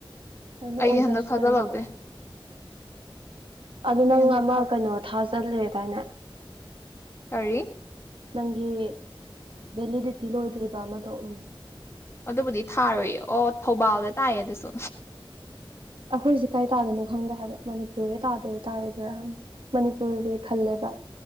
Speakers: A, on the right; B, on the left.
A: ꯑꯗꯨꯅ
B: ꯑꯩꯒꯤ
A: ꯑꯣꯒꯁꯇꯅꯦꯕ
B: ꯍꯟꯗꯛ ꯊꯥꯖꯤꯜꯍꯧꯗꯦ
A: ꯑꯗꯨ
B: ꯑꯩ
A: ꯅꯪ
B: ꯍꯟꯗꯛ
A: ꯑꯃ ꯀꯩꯅꯣ ꯊꯥꯖꯜꯂꯦꯗꯥꯏꯅꯦ
B: ꯇꯔꯤ
A: ꯅꯪꯒꯤ ꯚꯦꯂꯤꯗꯤꯇꯤ ꯂꯣꯏꯗ꯭ꯔꯤꯕ ꯑꯃꯗꯣ ꯎꯝ
B: ꯑꯗꯨꯕꯨꯗꯤ ꯊꯥꯔꯨꯏꯌꯦ ꯑꯣ ꯊꯧꯕꯥꯜꯗ ꯇꯥꯏꯌꯦ ꯑꯗꯨꯁꯨ
A: ꯑꯩꯈꯣꯏꯁꯦ ꯀꯥꯏ ꯇꯥꯗꯅꯣ ꯈꯪꯗꯦ ꯍꯥꯏꯕ ꯃꯅꯤꯄꯨꯔꯦ ꯇꯥꯗꯣꯏꯔ ꯇꯥꯔꯣꯏꯗꯣꯏꯔꯥꯪ ꯃꯅꯤꯄꯨꯔꯕꯨꯗꯤ ꯈꯜꯂꯦꯕ